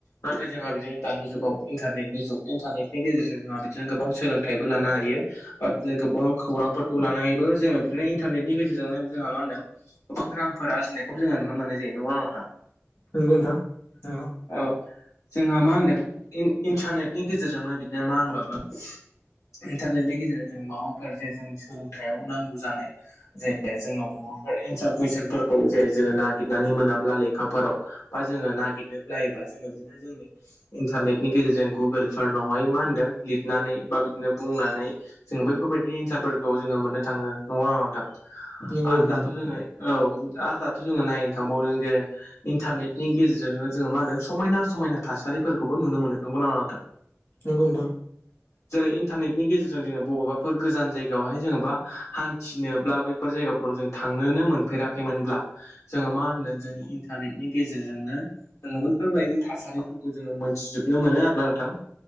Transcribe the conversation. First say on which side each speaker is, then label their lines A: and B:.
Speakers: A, on the left; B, on the left.
A: नाथाय जोंहा बिदिनो दानि जुगाव इन्टारनेटनि जुग इन्टारनेटनि गेजेरजों जोंहा बिदिनो गोबां सोलोंथाइबो लानो हायो बा बिदिनो गोबां खौरांफोरखौ लानानैबो जोङो बिदिनो इन्टारनेटनि गेजेरजोंनो जोंहा मा होनदों गोबां रांफोर आरजिनायखौ जोङो नुनो मोननाय जायो नङा होमब्ला नोंथां
B: नंगौ नोंथां नंगौ
A: औ जोंहा मा होनदों इन्टारनेटनि गेजेरजोंनो बिदिनो मा होनबावगोन इन्टारनेटनि गेजेरजों जों माबाफोर जे जों सोलोंथाइयाव नांगौ जानाय जे जोंनो बबाफोर एन्सार कुइसनफोरखौ जे जोङो नागिरनानै मोनाब्ला लेखाफोराव बा जोङो नागिरनो ब्लायोबा जोङो बिदिनो जोंनि इन्टारनेटनि गेजेरजों गुगोलफोरनावहाय मा होनदों लिरनानै बा बिदिनो बुंनानै जोङो बेैफोरबायदि इन्सारफोरखौ जोङो मोननो थाङो नङा होमबा नोंथां
B: नंगौ
A: आरो दाथ' जोङो औ आरो दाथ' जोङो नायनो थांबावो जे इन्टारनेट नि गेजेरजोंनो जोङो मा होनदों समायना समायना थासारिफोरखौबो नुनो मोनो नंगौ ना नङा नोंथां
B: नंगौ नोंथां
A: जेरै इन्टारनेटनि गेजेरजों जोङो बबेबाफोर गोजान जायगायावहाय जोङो बा हान्थिनोब्ला बैफोर जायगाफोराव जों थांनोनो मोनफेराखैमोनब्ला जोङो मा होनदों जों इन्टारनेटनि गेजेरजोंनो जोंङो बैफोरबायदि थासारिफोरखौ जोङो मोनथिजोबनो मोनो आरो ना नोंथां